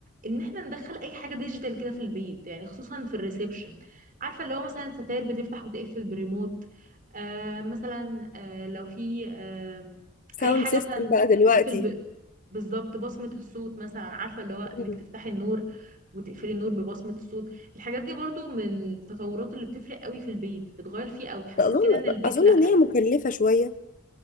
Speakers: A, on the right; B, on the left.
A: ان احنا ندخل اي حاجه ديجيتال كده في البيت يعني خصوصا في الريسبشن عارفه اللي هو مثلا ستاير بتفتح وتقفل بريموت آه مثلا آه لو في آه
B: ساوند
A: اي حاجه
B: سيستم
A: مثلا
B: بقى دلوقتي
A: تقفل ب... بالظبط بصمه الصوت مثلا عارفه اللي هو انك
B: مم.
A: تفتحي النور وتقفلي النور ببصمه الصوت الحاجات دي برضو من التطورات اللي بتفرق قوي في البيت بتغير فيه او بتحسسك
B: اظن
A: كده ان البيت
B: اظن
A: لا
B: ان هي مكلفة شوية